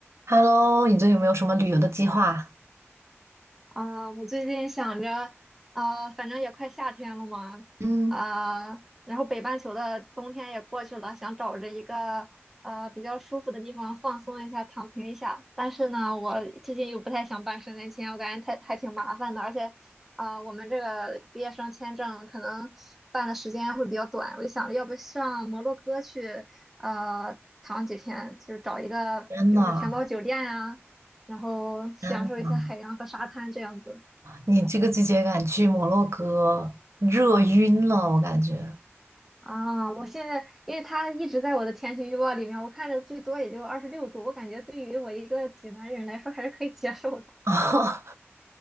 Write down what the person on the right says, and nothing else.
Hello，你最近有没有什么旅游的计划？
嗯，
天呐，
天呐，你这个季节敢去摩洛哥，热晕了，我感觉。
啊，